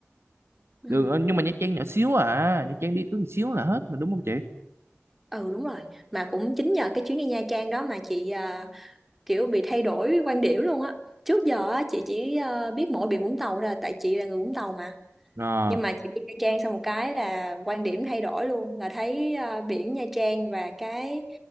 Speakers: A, in the centre; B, on the right.
A: ừ.
B: đường ờ, nhưng mà Nha Trang nhỏ xíu à Nha Trang đi cứ một xíu là hết mà đúng không chị
A: ừ đúng rồi mà cũng chính nhờ cái chuyến đi Nha Trang đó mà chị à, kiểu bị thay đổi quan điểm luôn á trước giờ á, chị chỉ à, biết mỗi biển Vũng Tàu ra tại chị là người Vũng Tàu mà
B: à,
A: nhưng mà chị đi Nha Trang xong một cái là quan điểm thay đổi luôn là thấy à, biển Nha Trang và cái